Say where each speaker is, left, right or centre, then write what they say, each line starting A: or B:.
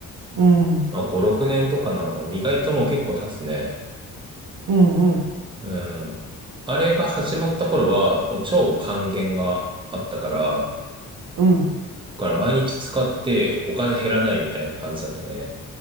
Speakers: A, on the right; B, on the right.
A: うん。
B: まあ5、6年とかなのかな。もう意外ともう結構経つね。
A: うん。うん。
B: うん。あれが始まった頃は、もう超還元があったから、だ
A: うん。
B: から毎日使ってお金減らないみたいな感じだったね。